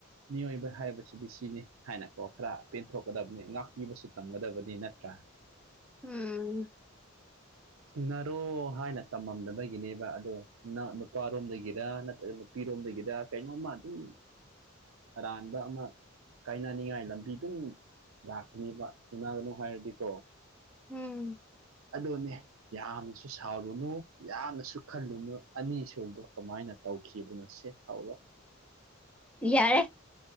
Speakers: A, on the right (about 75°); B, in the centre.
A: ꯃꯤꯑꯣꯏꯕ ꯍꯥꯏꯕꯁꯤꯗꯤ ꯁꯤꯅꯤ ꯍꯥꯏꯅꯀꯣ ꯈꯔ ꯄꯦꯟꯊꯣꯛꯀꯗꯕꯅꯤ ꯉꯥꯛꯄꯤꯕꯁꯨ ꯇꯝꯒꯗꯕꯅꯤꯅ ꯇ꯭ꯔꯥ
B: ꯎꯝ
A: <inaudible> ꯊꯨꯅꯔꯣ ꯍꯥꯏꯅ ꯇꯃꯝꯗꯕꯒꯤꯅꯦꯕ ꯑꯗꯣ ꯅꯨꯄꯥꯔꯣꯝꯗꯒꯤꯔ ꯅꯠꯇ꯭ꯔꯒ ꯅꯨꯄꯤꯔꯣꯝꯗꯒꯤꯗ ꯀꯩꯅꯣꯝꯃ ꯑꯗꯨꯝ ꯑꯔꯥꯟꯕ ꯑꯃ ꯀꯥꯏꯅꯅꯤꯡꯉꯥꯏ ꯂꯝꯕꯤꯗꯨꯝ ꯂꯥꯛꯄꯅꯦꯕ ꯊꯨꯡꯅꯒꯅꯣ ꯍꯥꯏꯔꯗꯤꯀꯣ
B: ꯎꯝ
A: ꯑꯗꯨꯅꯦ ꯌꯥꯝꯅꯁꯨ ꯁꯥꯎꯔꯨꯅꯨ ꯌꯥꯝꯅꯁꯨ ꯈꯜꯂꯨꯅꯨ ꯑꯅꯤ ꯁꯨꯕꯗꯣ ꯀꯃꯥꯏꯅ ꯇꯧꯈꯤꯕ ꯅꯣꯁꯦ <unintelligible>
B: ꯌꯥꯔꯦ